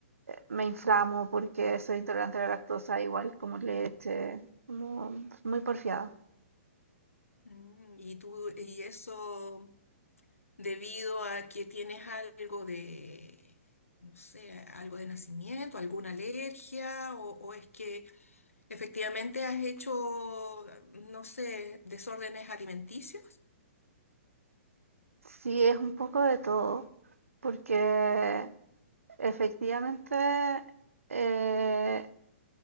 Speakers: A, on the right; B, on the left.
A: me inflamo porque soy intolerante a la lactosa, igual como leche, como muy porfiado.
B: Mm, Y tú, y eso debido a que tienes algo de, no sé, algo de nacimiento, alguna alergia, o, o es que efectivamente has hecho, no sé, desórdenes alimenticios.
A: Sí, es un poco de todo, porque efectivamente eh,